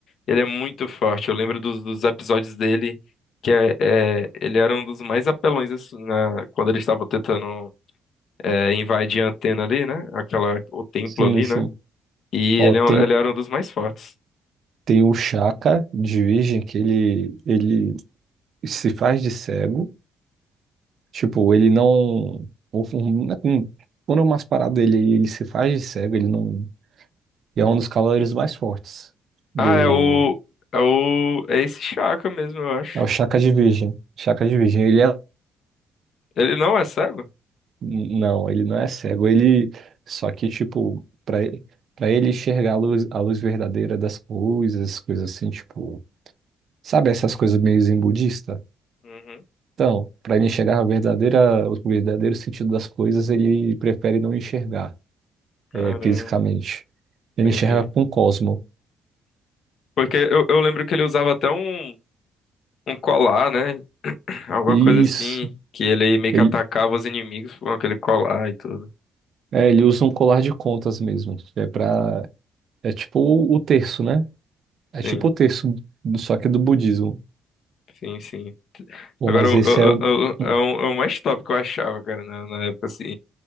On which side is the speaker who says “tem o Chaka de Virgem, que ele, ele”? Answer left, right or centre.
Right